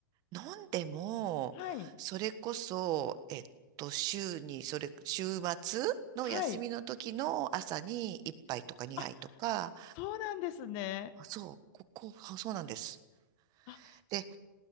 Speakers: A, on the right; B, on the left.
A: 飲んでも、
B: はい。
A: それこそ、えっと、週に、それ、週末の休みの時の朝に一杯とか二杯とか、
B: はい。あ、そうなんですね。
A: あそう、ここ、あそうなんです。
B: あ、
A: で